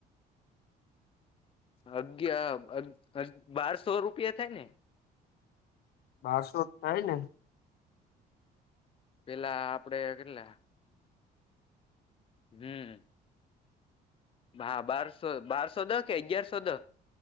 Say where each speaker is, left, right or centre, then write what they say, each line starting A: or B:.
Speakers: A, on the left; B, on the left.
A: અગયા અગ અગ બારસો રૂપિયા થાય ને?
B: બસો જ થાય ને.
A: પેલા આપડે કેટલા હમ. હા, બારસો, બારસો દહ કે અગિયારસો દહ.